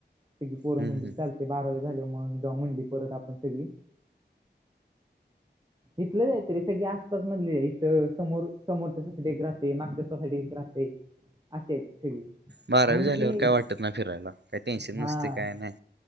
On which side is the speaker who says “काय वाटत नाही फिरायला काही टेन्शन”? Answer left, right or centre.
Right